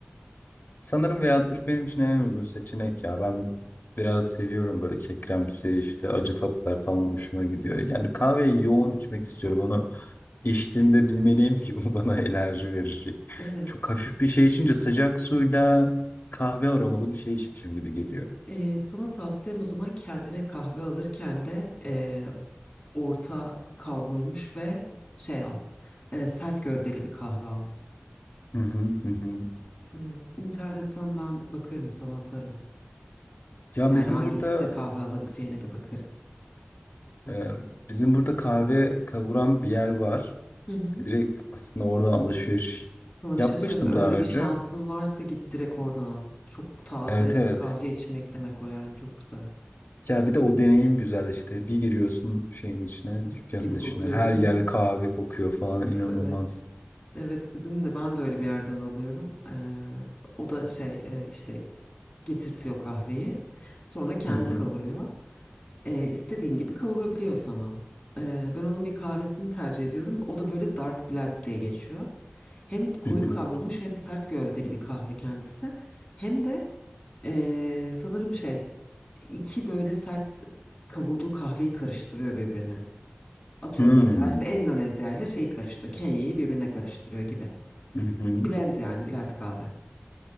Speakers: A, on the left; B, on the left.
A: Sanırım V60 benim için en uygun seçenek ya. Ben biraz seviyorum böyle kekremsi işte acı tatlar falan hoşuma gidiyor.
B: Hı hı,
A: Yani
B: hı hı.
A: kahveyi yoğun içmek istiyorum. Onu içtiğimde bilmeliyim ki bu bana <laughs> enerji verecek.
B: Evet.
A: Çok hafif bir şey içince sıcak suyla kahve aromalı bir şey içmişim gibi geliyor.
B: Ee, sana tavsiyem o zaman kendine kahve alırken de e, orta kavrulmuş ve şey al. e, sert gövdeli bir kahve al.
A: Hı hı hı. hı.
B: Evet. internetten ben bakarım sana atarım.
A: Ya
B: Yani
A: bizim
B: hangi
A: burada
B: tipte kahve alabileceğine bir bakarız.
A: e, bizim burada kahve kavuran bir yer var.
B: Hı hı.
A: Direkt aslında oradan alışveriş
B: Sana
A: yapmıştım
B: bir şey söyleyeyim mi? Öyle
A: daha önce.
B: bir şansın varsa git direkt oradan al. Çok taze
A: Evet evet.
B: kahve içmek demek o yani çok güzel.
A: Ya bir de o deneyim güzel işte. Bir giriyorsun şeyin içine,
B: Mis
A: dükkanın
B: gibi
A: içine.
B: kokuyor
A: Her
B: değil mi?
A: yer kahve kokuyor
B: <laughs>
A: falan.
B: Of
A: inanılmaz.
B: evet. Evet bizim de ben de öyle bir yerden alıyorum. Ee, o da şey e, işte getirtiyor kahveyi. Sonra kendi
A: Hı hı.
B: kavuruyor. e, istediğin gibi kavurabiliyor sana. E, ben onun bir kahvesini tercih ediyorum. O da böyle dark blend diye geçiyor. Hem koyu
A: Hı hı.
B: kavrulmuş hem sert gövdeli bir kahve kendisi. Hem de e, sanırım şey iki böyle sert kavurduğu kahveyi karıştırıyor birbirine. Atıyorum
A: Hmm.
B: mesela işte Endonezya ile şeyi karıştırıyor. Kenya'yı birbirine karıştırıyor gibi.
A: Hı hı.
B: Blend yani blend kahve.